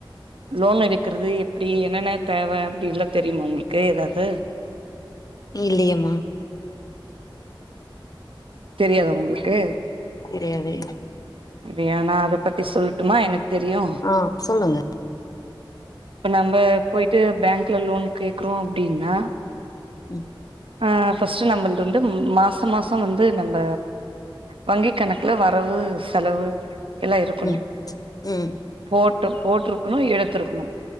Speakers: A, on the right; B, on the left.
A: லோன் எடுக்கறது எப்படி என்னன்ன தேவ அப்டின்ல்லா தெரியுமா உங்களுக்கு ஏதாவது
B: இல்லையம்மா
A: தெரியாத உங்களுக்கு
B: தெரியாதே
A: இது ஏனா அத பத்தி சொல்ட்டுமா எனக் தெரியு
B: ஆ சொல்லுங்க
A: இப்ப நம்ப போயிட்டு பேங்க்ல லோன் கேக்றோ அப்டின்னா
B: ம்
A: அ ஃபஸ்ட்டு நம்மள்து வந்து மாச மாச வந்து நம்ப வங்கி் கணக்குல வரவு செலவு எல்லா இருக்குணு
B: ம் ம் ம்
A: போட்டு போட்டிருக்குணு எடுத்துருக்குணு